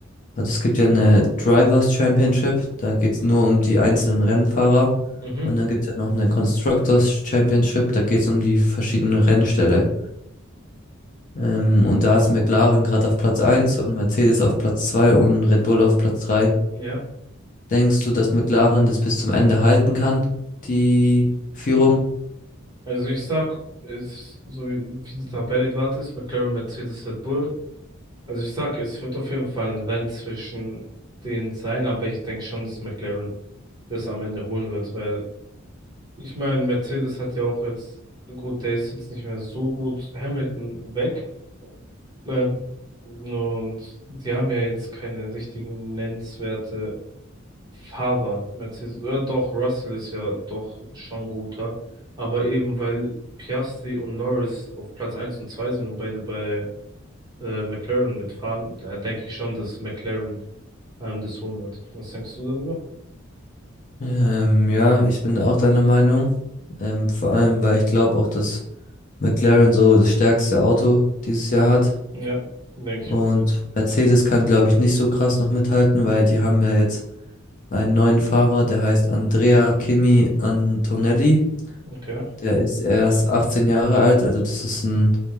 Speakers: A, on the left; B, on the right.
A: also es gibt ja eine Drivers Championship, da geht's nur um die einzelnen Rennfahrer.
B: mhm,
A: Und dann gibt's ja noch eine Constructors Championship, da geht's um die verschiedenen Rennställe. Ähm, und da ist McLaren gerade auf Platz eins und Mercedes auf Platz 2 und Red Bull auf Platz 3.
B: ja.
A: Denkst du, dass McLaren das bis zum Ende halten kann, die Führung?
B: Also ich sag, es, so wie die Tabelle gerade ist, McLaren, Mercedes, Red Bull. Also ich sag, es wird auf jeden Fall ein Rennen zwischen denen sein, aber ich denke schon, dass McLaren das am Ende holen wird, weil ich meine, Mercedes hat ja auch jetzt, gut, der ist jetzt nicht mehr so gut, Hamilton weg. Ähm, und die haben ja jetzt keine richtigen nennenswerte Fahrer. Mercedes, ja, doch, Russell ist ja doch schon guter. Aber eben weil Piastri und Norris auf Platz eins und 2 sind und beide bei äh, McLaren mitfahren, da denke ich schon, dass McLaren ähm, das holen wird. Was denkst du darüber?
A: Ähm, ja, ich bin auch deiner Meinung. Ähm, vor allem, weil ich glaube auch, dass McLaren so das stärkste Auto dieses Jahr hat.
B: Ja, denke ich
A: Und
B: auch.
A: Mercedes kann, glaube ich, nicht so krass noch mithalten, weil die haben ja jetzt einen neuen Fahrer, der heißt Andrea Kimi Antonelli.
B: Okay.
A: Der ist erst 18 Jahre alt, also das ist ein